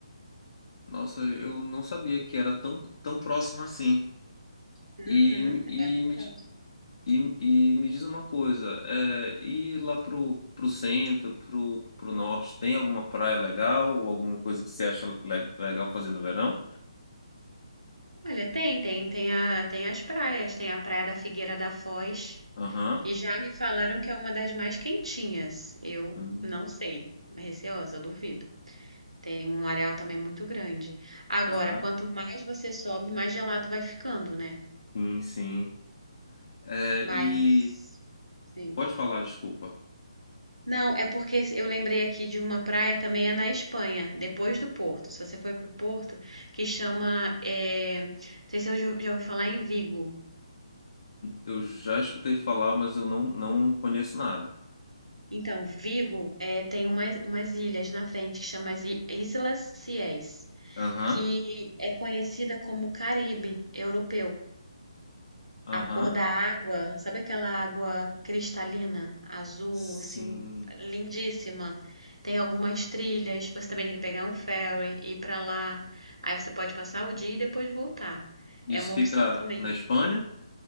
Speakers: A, on the left; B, on the right.
A: nossa, eu não sabia que era tão, tão próximo assim.
B: Uhum,
A: E, me- e,
B: é maravilhoso.
A: me, di- e, e me diz uma coisa, é, e lá pro, pro centro, pro, pro norte, tem alguma praia legal ou alguma coisa que você acha le- legal fazer no verão?
B: Olha, tem, tem, tem a, tem as praias, tem a Praia da Figueira da Foz,
A: Aham.
B: que já me falaram que é uma das mais quentinhas. Eu
A: Hum,
B: não sei, receosa, duvido. Tem um areal também muito grande. Agora,
A: Aham.
B: quanto mais você sobe, mais gelado vai ficando, né?
A: Sim, sim. É,
B: Mas,
A: e
B: sim.
A: pode falar, desculpa.
B: Não, é porque eu lembrei aqui de uma praia também é na Espanha, depois do Porto. Se você for para o Porto, que chama, é, não sei se eu já já ouvi falar em Vigo.
A: Eu já escutei falar, mas eu não, não conheço nada.
B: Então, Vigo é, tem umas, umas ilhas na frente que chama as I- Islas Ciés,
A: Aham,
B: que é conhecida como Caribe europeu.
A: aham.
B: A cor da água, sabe aquela água cristalina, azul,
A: Sim.
B: assim, lindíssima? Tem algumas trilhas, você também tem que pegar um ferry, ir pra lá. Aí você pode passar o dia e depois voltar.
A: Isso
B: É uma
A: fica
B: opção também.
A: na Espanha?